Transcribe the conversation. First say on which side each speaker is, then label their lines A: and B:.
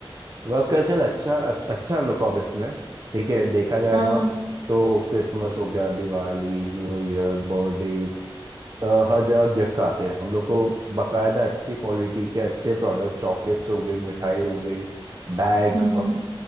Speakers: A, on the right; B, on the right.
A: वर्क कल्चर अच्छा अच- अच्छा है हम लोग का ऑफिस में ठीक है देखा जाए
B: हाँ
A: ना
B: हाँ
A: तो क्रिसमस हो गया दिवाली न्यू ईयर बर्थडेज हर जगह गिफ्ट आते हैं हम लोग को बकायदा अच्छी क्वालिटी के अच्छे प्रोडक्ट्स चॉकलेट्स हो गई मिठाई हो गई बैग
B: हम्म हम्म।